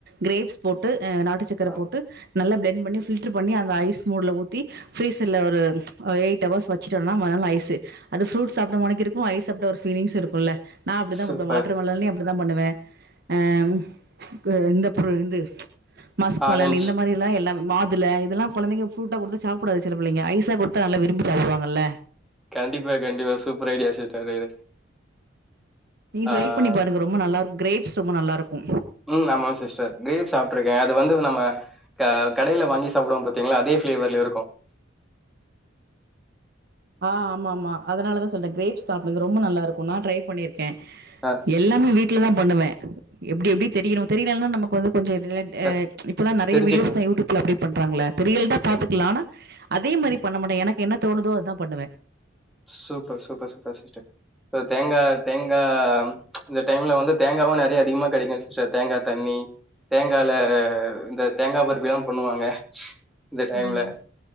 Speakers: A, on the right (about 55°); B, in the centre.
A: கிரேப்ஸ் போட்டு அ நாட்டு சக் க்கரபோட்டு
B: அ
A: நல்லா பிளண்ட் பண்ணி ஃபில்டர் பண்ணி அந்த ஐஸ் மோட்ல ஊத்தி ஃபீரிஸல்ல ஒரு எயிட் ஹவர்ஸ் வெச்சுட்டோனா மறுநாள் ஐஸு அது ஃப்ரூட் சாப்ட்ட மானிக்கு இருக்கு ஐஸ் சாப்ட்ட ஒரு ஃபீலிங்ஸ் இருக்குல்ல நா அப்டி தா
B: சூப்பர்
A: கொடுப்பே வாட்டர்மெலன்லையு அப்டிதா பண்ணுவே ஆ கு இந்த பொருள் இது மஸ்க்மெலன்
B: ஆரஞ்ச்
A: இந்த மாதிரில் எல்லா மாதுள இதெல்லா கொழந்தைங்க ஃப்ரூட்டா கொடுத்தா சாப்டாது சில பிள்ளைங்க ஐஸா கொடுத்தா நல்லா விரும்பி சாப்டுவாங்கல்ல
B: கண்டிப்பா கண்டிப்பா சூப்பர் ஐடியா சிஸ்டர் இது
A: நீங்க ட்ரை
B: ஆ
A: பண்ணி பாருங்க ரொம்ப நல்லா இருக் கிரேப்ஸ் ரொம்ப நல்லா இருக்கு
B: ம் ஆமாம் சிஸ்டர் கிரேப் சாப்ட்டுருக்கே அது வந்து நம்ம ந்த கடையில வாங்கி சாப்புடுவோ பாத்தீங்களா அதே ஃப்ளேவர்ல இருக்கு
A: ஆ ஆமா ஆமா அதனாலதா சொல்றே கிரேப்ஸ் சாப்டுங்க ரொம்ப நல்லா இருக்கு நான் ட்ரை பண்ணிருக்கே
B: ஆ
A: எ எல்லாமே வீட்ல தா பண்ணுவே எப்டி எப்டி தெரியணுமோ தெரினல்னா நமக்கு வந்து கொஞ்சோ எதுலயாட் ஏ
B: க
A: இப்பெல்லா நிறைய
B: தெரிஞ்சுக்கலா
A: வீடியோஸ் தா யூடியூப்ல அப்டேட் பண்றாங்கள தெரியல்டா
B: கண்
A: பாத்துக்கலா ஆனா அதே மாரி பண்ண மாட்டே எனக்கு என்னோதோனுதோ அதா பண்ணுவே
B: சூப்பர் சூப்பர் சூப்பர் சிஸ்டர் தேங்கா தேங்கா இந்த டைம்ல வந்து தேங்காவு நெறயா அதிகமா கெடைக்கு சிஸ்டர் தேங்கா தண்ணி தேங்கால இந்த தேங்கா பர்பிஎல்லா பண்ணுவாங்க இந்த டைம்ல
A: ம்